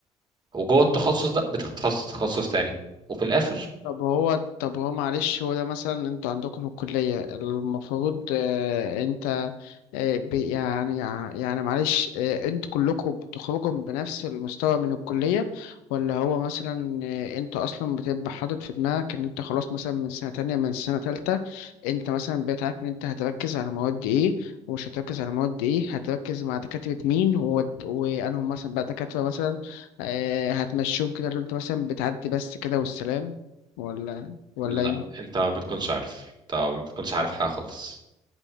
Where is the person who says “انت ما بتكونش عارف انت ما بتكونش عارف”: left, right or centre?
Right